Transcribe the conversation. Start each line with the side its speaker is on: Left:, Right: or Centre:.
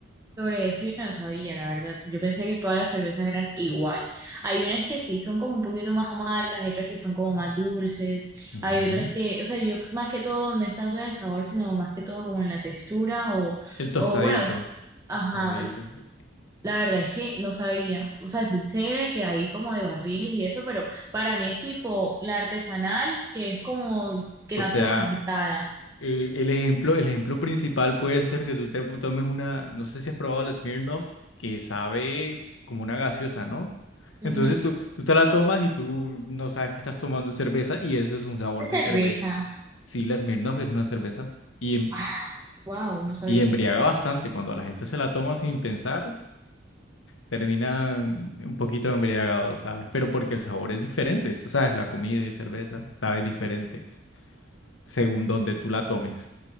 Right: Sobre eso yo no sabía, la verdad. Yo pensé que todas las cervezas eran igual. Hay unas que sí son como un poquito más amargas, hay otras que son como más dulces,
Left: Ujú.
Right: hay otras que, o sea, yo más que todo no es tanto en el sabor, sino más que todo como en la textura o,
Left: El tostadito,
Right: o bueno, ajá,
Left: como le dicen.
Right: es-
Left: sí.
Right: la verdad es que no sabía. O sea, sí sé de que hay como de barriles y eso, pero para mí es tipo la artesanal, que es como que
Left: O
Right: no
Left: sea,
Right: ha sido procesada.
Left: eh, el ejemplo, el ejemplo principal puede ser que tú te tomes una, no sé si has probado la Smirnoff, que sabe como una gaseosa, ¿no?
Right: Ajá.
Left: Entonces tú, tú te la tomas y tú no sabes que estás tomando cerveza y eso es un sabor
Right: De cerveza.
Left: de cerveza. Sí, la Smirnoff es una cerveza y, em-
Right: Ah, wow, no sabía.
Left: y embriaga bastante. Cuando la gente se la toma sin pensar, terminan un poquito embriagados, ¿sabes? Pero porque el sabor es diferente. Tú sabes, la comida y cerveza sabe diferente. según donde tú la tomes,